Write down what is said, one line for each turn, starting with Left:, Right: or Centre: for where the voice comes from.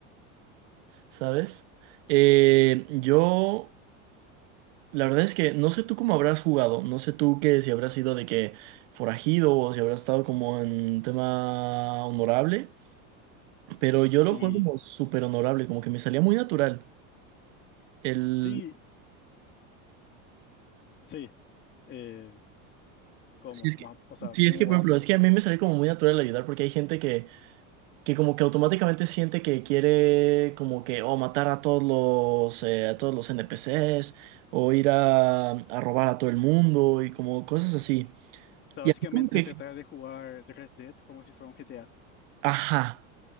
Right: ¿sabes? Eh, yo, la verdad es que no sé tú cómo habrás jugado, no sé tú que si habrás sido de que forajido o si habrás estado como en tema honorable, pero yo lo
Left: Y
Right: juego como súper honorable, como que me salía muy natural. El,
Left: sí, sí, eh, ¿cómo?
Right: si es
Left: Ma-
Right: que,
Left: O sea,
Right: si
Left: ¿cómo
Right: es que,
Left: básicamente?
Right: por ejemplo, es que a mí me sale como muy natural ayudar porque hay gente que, que como que automáticamente siente que quiere como que, o matar a todos los, eh, a todos los NPCs o ir a, a robar a todo el mundo y como cosas así.
Left: O sea,
Right: Y
Left: básicamente
Right: a mí como que,
Left: tratar de jugar Red Dead como si fuera un GTA.
Right: ajá.